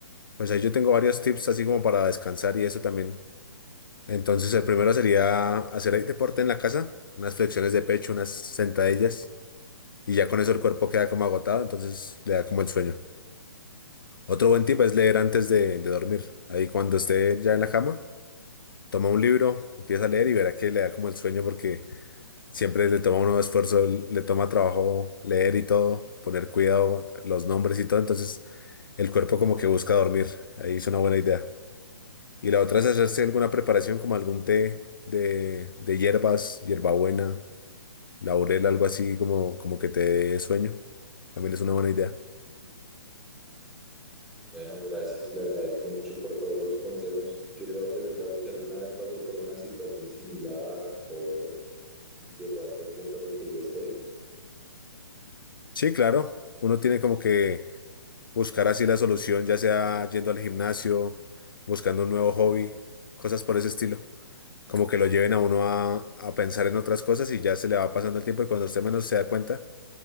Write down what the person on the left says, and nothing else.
Pues ahí yo tengo varios tips así como para descansar y eso también. Entonces, el primero sería hacer ahí deporte en la casa, unas flexiones de pecho, unas sentadillas, y ya con eso el cuerpo queda como agotado, entonces le da como el sueño. Otro buen tip es leer antes de, de dormir. Ahí cuando esté ya en la cama, toma un libro, empieza a leer y verá que le da como el sueño porque siempre le toma uno esfuerzo, le toma trabajo leer y todo, poner cuidado, los nombres y todo, entonces el cuerpo como que busca dormir. Ahí es una buena idea. Y la otra es hacerse alguna preparación como algún té de, de hierbas, hierbabuena, laurel, algo así como, como que te dé sueño. También es una buena idea.
Sí, claro. Uno tiene como que buscar así la solución, ya sea yendo al gimnasio, buscando un nuevo hobby, cosas por ese estilo. Como que lo lleven a uno a, a pensar en otras cosas y ya se le va pasando el tiempo y cuando usted menos se da cuenta,